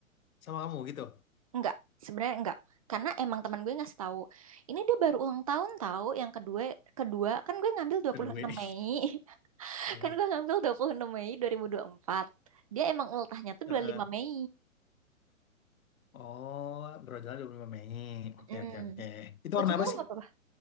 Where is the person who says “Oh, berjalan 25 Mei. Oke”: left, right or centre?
Left